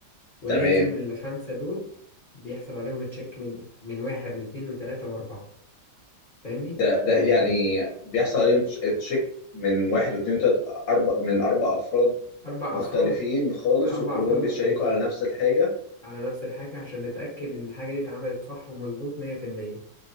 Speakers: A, on the left; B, on the left.
A: ولازم
B: تمام
A: الخمسة دول بيحصل عليهم تشيك من من واحد واتنين وتلاتة وأربعة فاهمني
B: ده ده
A: يعني
B: يعني بيحصل عليهم تش- تشيك من واحد واتنين وتلاتة أربع من أربع أفراد
A: أربع
B: مختلفين
A: أفراد
B: خالص
A: بأربع
B: وكلهم
A: أفراد مختلفين
B: بيتشيكوا على نفس الحاجة
A: على نفس الحاجة عشان نتأكد إن الحاجة دي اتعملت صح ومظبوط مية في المية